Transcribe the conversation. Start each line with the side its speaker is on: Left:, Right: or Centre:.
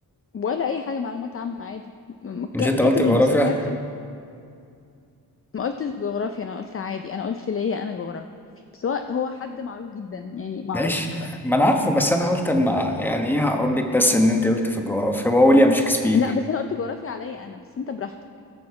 Left: ولا اي حاجة معلومات عامة عادي م- ك-
Centre: مش انت
Left: كاتب
Centre: قلت جغرافيا
Left: المسرحية بتاعت ما قلتش جغرافيا انا قلت عادي انا قلت ليا انا جغرافيا بس هو هو حد معروف جدا يعني معروف
Centre: ماشي ما انا عارفه بس انا قلت اما يعني ايه هقول لك بس ان انت قلت في الجغرافيا هو ويليام شكسبير
Left: لا بس انا قلت جغرافيا عليا انا بس انت براحتك